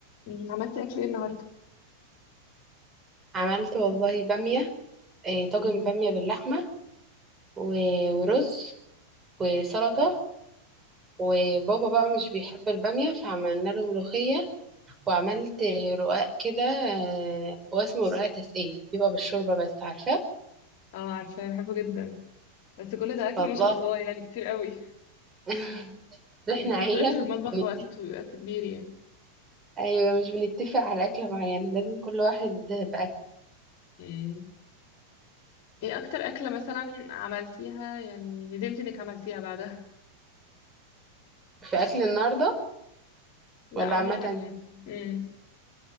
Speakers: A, on the left; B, on the right.
A: مم، عملتي اكل ايه النهارده
B: عملت والله بامية آه، طاجن
A: مم.
B: بامية باللحمة و- ورز وسلطة وبابا بقى مش بيحب البامية فعملنا له ملوخية وعملت آه، رقاق كده آه، هو اسمه رقاق تسقية بيبقى بالشوربة بس عارفة
A: اه عارفة بحبه جدا بس كل ده أكل
B: الله
A: ما شاء الله يعني كتير قوي
B: <laughs> احنا
A: يعني أكيد
B: عيلة
A: وقفتي في المطبخ
B: مش بنت-
A: وقت طويل وقت كبير يعني
B: أيوة مش بنتفق على أكلة معينة لازم كل واحد بأكل
A: مم. ايه أكتر أكلة مثلا عملتيها يعني ندمت إنك عملتيها بعدها
B: في أكل النهاردة
A: لا
B: ولا
A: عموما
B: عامة
A: يعني مم.